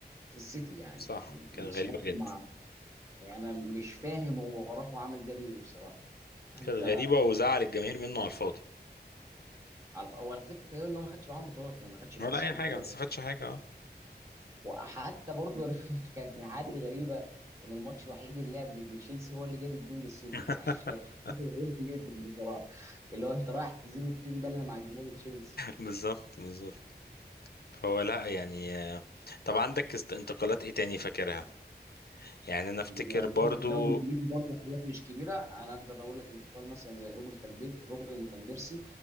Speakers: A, on the right; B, on the left.
A: في السيتي يعني
B: صح
A: بصراحه
B: كانت غريبه جدا
A: مع يعني انا مش فاهم هو راح وعمل ده ليه بصراحه انت
B: كانت غريبه وزعل الجماهير منه على الفاضي
A: على اول فكره إيه ان هو ما خدش معاهم بطولات يعني ما خدش مع
B: ولا
A: السيتي
B: اي
A: بطولات
B: حاجه ما استفادش حاجه اه
A: وحتى برضه <laughs> كانت من الحاجات الغريبه ان الماتش الوحيد اللي لعب ضد تشيلسي هو اللي جاب الجول للسيتي
B: <laughs>
A: <laughs> حاجه غريبه جدا بصراحه اللي هو انت رايح تزيد الطين بله مع جمهور تشيلسي
B: بالظبط بالظبط هو لا يعني آه، طب عندك است- انتقالات ايه تاني فاكرها يعني انا افتكر
A: لو هنتكلم
B: برضو
A: في الدوري الانجليزي برضه حاجات مش كبيره انا اقدر اقول لك انتقال مثلا زي روبن فان بير- روبن فان بيرسي